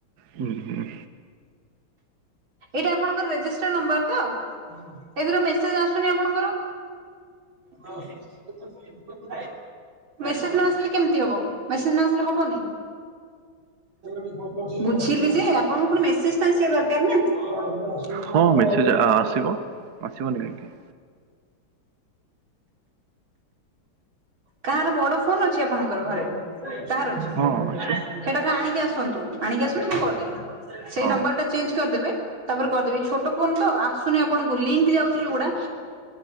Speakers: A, on the right; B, on the right.
A: ହୁଁ ହୁଁ।
B: ଏଇଟା ଆପଣଙ୍କର ରେଜିଷ୍ଟର ନମ୍ବର ତ ଏଥିର ମେସେଜ ଆସୁନି ଆପଣଙ୍କର? ହଉ <unintelligible> <inaudible> ମେସେଜ ନ ଆସିଲେ କେମିତି ହବ ମେସେଜ ନ ଆସିଲେ ହବନି। <inaudible> ବୁଝିଲି ଯେ ଆପଣଙ୍କୁ ଫୁଣି ମେସେଜ ତ ଆସିବା ଦରକାର ନା। ଆସ
A: ହଁ
B: <unintelligible>
A: ମେସେଜ୍ ଆ ଆସିବ ଆସିବନି କାହିଁକି।
B: କାହାର ବଡ ଫୋନ୍ ଅଛି ଆପଣଙ୍କର ଘରେ କାହାର ଅଛି?
A: ହଁ ଅଛି
B: ସେଟାକୁ ଆଣିକି ଆସନ୍ତୁ ଆଣିକି ଆସନ୍ତୁ ମୁଁ କରିଦେବି ସେଇ
A: ହଁ
B: ନମ୍ବର ଟା ଚେଞ୍ଜ କରିଦେବେ। ତାପରେ କରିଦେବି ଛୋଟ ଫୋନ୍ ତ ଆସୁନି ଆପଣଙ୍କୁ ଲିଙ୍କ୍ ଯାଉଚି ଯୋଉଗୁଡା